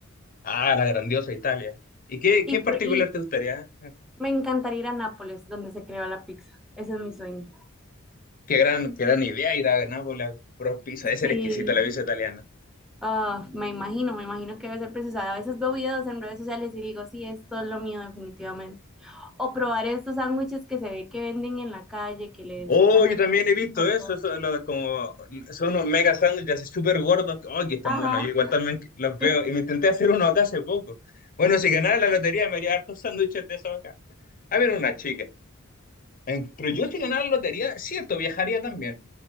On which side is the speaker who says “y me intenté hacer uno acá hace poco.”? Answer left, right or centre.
Left